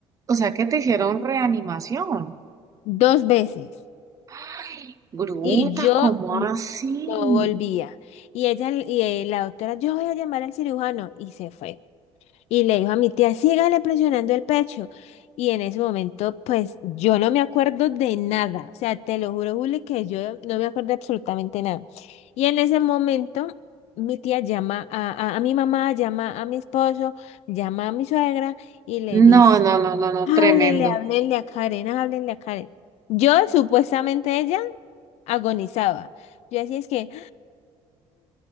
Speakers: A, on the right; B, on the left.
A: o sea que te hicieron reanimación.
B: dos veces,
A: Ay, bruta,
B: y yo
A: ¿cómo así?
B: No volvía. Y ella, y eh, la doctora, yo voy a llamar al cirujano. Y se fue. Y le dijo a mi tía, sígale presionando el pecho. Y en ese momento, pues yo no me acuerdo de nada. O sea, te lo juro, Juli, que yo no me acuerdo de absolutamente nada. Y en ese momento, mi tía llama a, a, a mi mamá, llama a mi esposo, llama a mi suegra y le
A: No,
B: dice,
A: no, no, no, no,
B: háblele,
A: tremendo.
B: háblenle a Karen, háblenle a Karen. Yo, supuestamente ella, agonizaba. Yo así es que...